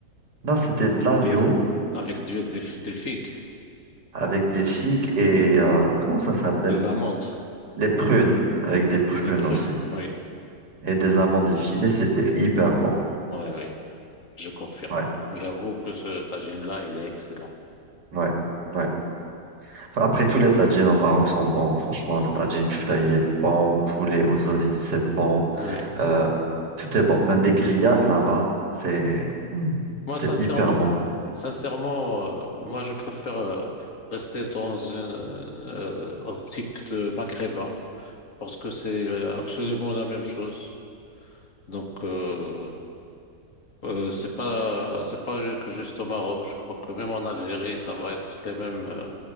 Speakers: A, on the right; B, on the left.
A: non c'était de l'agneau
B: des, avec du- des, des figues,
A: avec des figues et euh, comment ça s'appelle?
B: des amandes,
A: Les prunes, avec des prunes
B: des, des prunes.
A: aussi.
B: Oui,
A: Et des amandes effilées, c'était hyper bon.
B: oui, oui, je confirme.
A: Ouais,
B: J'avoue que ce tagine-là, il est excellent.
A: ouais, ouais. Enfin, après, tous les tagines au Maroc sont bons. Franchement, le tagine kefta, il est bon. Poulet aux olives, c'est bon.
B: Oui.
A: Euh, tout est bon. Même les grillades là-bas, c'est Hmm.
B: Moi,
A: c'est
B: sincèrement,
A: hyper bon.
B: sincèrement, euh, moi, je préfère euh, rester dans une euh, optique de maghrébin parce que c'est euh, absolument la même chose. Donc, euh, euh, c'est pas, c'est pas ju- que juste au Maroc. Je crois que même en Algérie, ça va être les mêmes, euh,